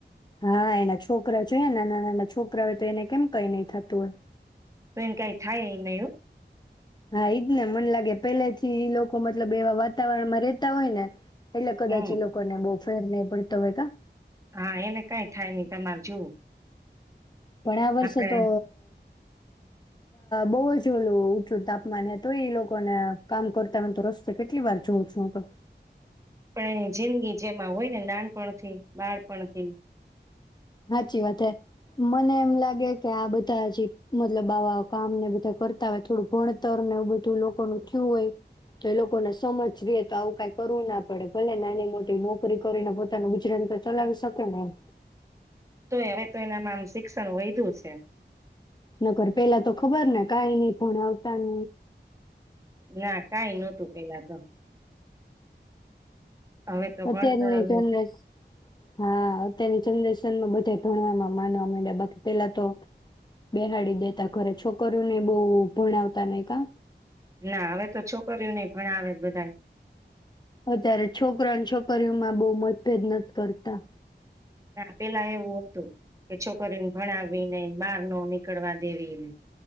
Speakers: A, on the left; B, on the right.
A: હા, એના છોકરા જોયા નાના નાના છોકરા હોય તો એને કેમ કંઈ નઈ થતું હોય?
B: તો એને કંઈ થાય એ નઈ હો
A: હા, ઈજ ને. મને લાગે, પેલે થી લોકો મતલબ એવા વાતાવરણ માં રહેતા હોય ને. એટલે કદાચ
B: હમ
A: એ લોકો ને બહુ. ફરક ના પડતો હોય કા
B: હા, એને કંઈ થાય નહીં. તમારે જોવું.
A: પણ આ વર્ષે
B: આપડે
A: તો. બહુ જ ઓલું, ઊંચું તાપમાન હતું એઈ લોકોને કામ કરતા હોય, તો રસ્તે કેટલી વાર જોઉં છું, હું તો
B: પણ એની જિંદગી જેમાં હોય ને, નાનપણથી, બાળપણથી.
A: સાચી વાત. હા, મને એમ લાગે કે આ બધા હજી, મતલબ આવા કામ ને બધા કરતા હોય. થોડું ભણતર ને એવું બધું લોકોનું થયું હોય, તો એ લોકોને સમજ રહે, તો આવું કઈ કરવું ના પડે. ભલે નાની મોટી નોકરી કરીને પોતાનું ગુજરાન તો ચલાવી શકે ને, એમ.
B: તોય હવે તો એનામાં આમ શિક્ષણ વધ્યું છે.
A: નકર પેલા તો ખબર ને કઈ નહી પણ આવતા ન
B: ના. કંઈ નહોતું પેલા તો. હવે તો
A: અત્યારની
B: ભણતર
A: જનરેશન
B: ને
A: હા, અત્યારની જનરેશન. બધાએ ભણવામાં માનવા માં આ બાકી પેલા તો બેહડી દેતા ઘરે છોકરીઓને બહુ ભણાવતા નહ કા.
B: ના હવે તો છોકરીઓ નહી પણ આવે બધા
A: અત્યારે છોકરા અને છોકરીઓમાં બહુ મતભેદ નથી કરતા.
B: પેલા એવું હતું કે છોકરીને ભણાવી ને બહાર ન નીકળવા દેવીને.